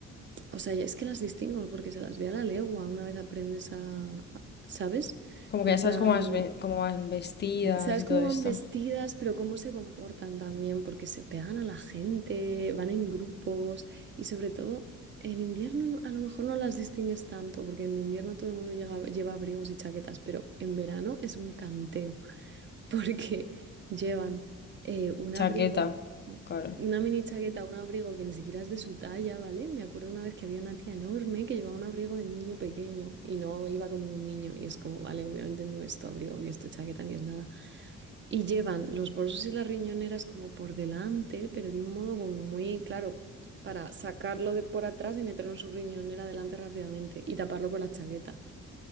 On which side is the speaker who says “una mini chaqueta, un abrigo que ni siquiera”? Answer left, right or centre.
Right